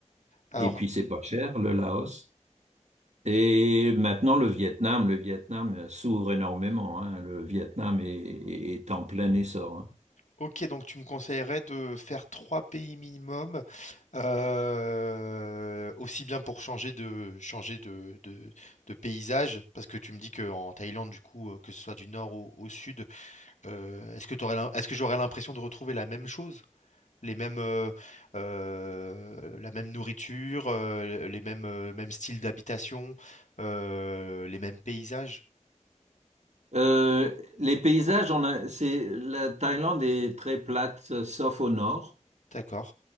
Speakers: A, on the left (about 70°); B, on the right (about 65°).
A: Alors,
B: Et puis, c'est pas cher, le Laos. Et maintenant, le Vietnam. Le Vietnam euh, s'ouvre énormément. hein. Le Vietnam est, est en plein essor. hein.
A: OK, donc tu me conseillerais de faire 3 pays minimum, heu, aussi bien pour changer de changer de de de paysage, parce que tu me dis qu'en Thaïlande, du coup, heu, que ce soit du nord au au sud, heu, est-ce que tu aurais l'im est-ce que j'aurais l'impression de retrouver la même chose? Les mêmes, heu heu, la même nourriture, heu, les mêmes, heu, mêmes styles d'habitation, heu, les mêmes paysages?
B: Euh, les paysages, on a, c'est, la Thaïlande est très plate, euh, sauf au nord.
A: D'accord.